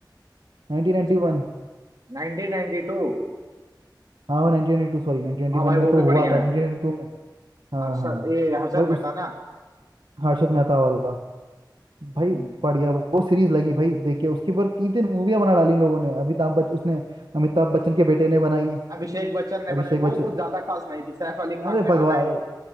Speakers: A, on the right; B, on the right.
A: 1991
B: उसका 1992
A: हाँ वो 1992 सॉरी 1991
B: हाँ भाई वो
A: में तो
B: भी बढ़िया
A: हुआ था 1992
B: है
A: में हाँ
B: हर्षद
A: हाँ
B: ये हर्षद
A: भाई उस
B: मेहता ना
A: हर्षद मेहता वाला भाई
B: हम्म।
A: बढ़िया वो सीरीज लगी भाई देखिए उसके ऊपर तीन तीन मूवियाँ बना डाली इन लोगों ने अमिताभ बच्चन उसने अमिताभ बच्चन के बेटे ने बनाई
B: अभिषेक बच्चन ने
A: अभिषेक
B: बनाई वो
A: बच्चन
B: कुछ ज्यादा खास नहीं थी सैफ अली खान
A: अरे भगवान
B: ने बनाई